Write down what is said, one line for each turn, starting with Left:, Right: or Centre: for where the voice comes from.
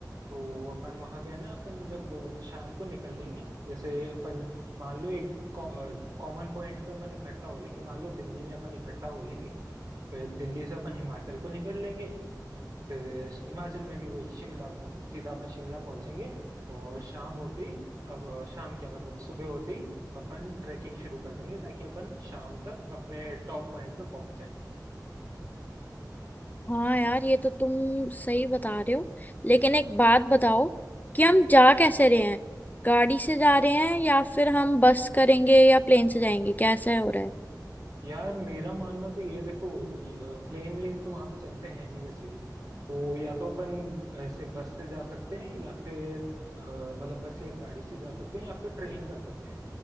Right: तो अपन वहां पे है ना अपन जब अ, शाम को निकल लेंगे जैसे अपन मान लो एक कॉमन पॉइंट पे अपन इकट्ठा हो लेंगे मान लो दिल्ली में अपन इकट्ठा हो लेंगे फिर दिल्ली से अपन हिमाचल को निकल लेंगे फिर हिमाचल में भी वही शिमला को सीधा अपन शिमला पहुंचेंगे और शाम होते ही अब अ, शाम क्या मतलब सुबह होते ही अपन ट्रैकिंग शुरू कर देंगे ताकि अपन शाम तक अपने टॉप पॉइंट पे पहुंच जाएं
Left: हाँ यार ये तो तुम सही बता रहे हो लेकिन एक बात बताओ कि हम जा कैसे रहे हैं गाड़ी से जा रहे हैं या फिर हम बस करेंगे या प्लेन से जाएंगे कैसे हो रहा है
Right: यार मेरा मानना तो ये है, देखो ये, अ, प्लेन लेन तो वहां पे चलते हैं नहीं वैसे भी तो या तो अपन ऐसे बस से जा सकते हैं या फिर अ, मतलब बस या गाड़ी से जा सकते हैं या फिर ट्रेन कर सकते हैं